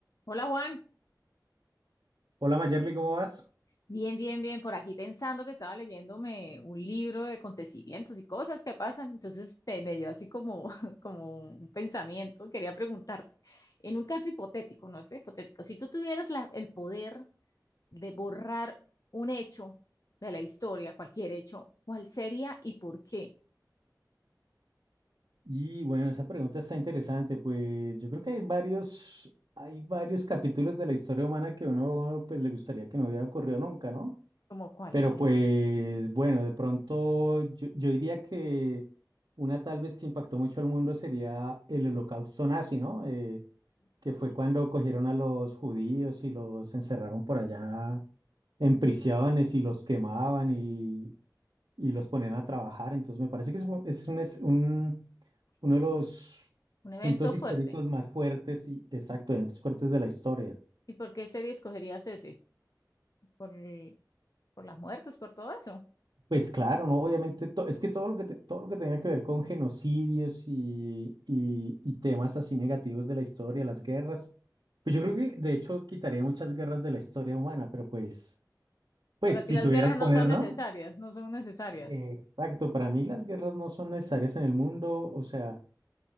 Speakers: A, on the left; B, on the right.
A: Hola Juan,
B: Hola Mayerly, ¿cómo vas?
A: bien, bien, bien, por aquí pensando que estaba leyéndome un libro de acontecimientos y cosas que pasan, entonces me, me dio así como, <laughs> como un pensamiento, quería preguntarte, en un caso hipotético, no sé, hipotético, si tú tuvieras la- el poder de borrar un hecho de la historia, cualquier hecho, ¿cuál sería y por qué?
B: Y bueno, esa pregunta está interesante, pues yo creo que hay varios, hay varios capítulos de la historia humana que uno pues le gustaría que no hubiera ocurrido nunca, ¿no?
A: Como cuál,
B: Pero
A: dime
B: pues
A: uno.
B: bueno, de pronto yo, yo diría que una tal vez que impactó mucho al mundo sería el holocausto nazi, ¿no? Eh,
A: Sí,
B: que fue cuando cogieron a los judíos y los encerraron por allá en prisiones y los quemaban y y los ponían a trabajar. Entonces me parece que ese fue- ese es, un, es un-
A: pues,
B: uno
A: sí,
B: de
A: eso
B: los
A: fue un evento
B: puntos
A: fuerte.
B: históricos más fuertes y exactamente fuertes de la historia.
A: ¿Y por qué serie escogerías ese? ¿Por, por las muertes, por todo eso?
B: Pues claro, ¿no? Obviamente, to- es que todo lo que, te- todo lo que tenga que ver con genocidios y, y- y temas así negativos de la historia, las guerras, pues yo creo que de hecho quitaría muchas guerras de la historia humana, pero pues, pues
A: Para ti
B: si
A: las
B: tuviera
A: guerras
B: el
A: no
B: poder,
A: son necesarias,
B: ¿no?
A: no son necesarias.
B: Exacto, para mí las guerras no son necesarias en el mundo, o sea...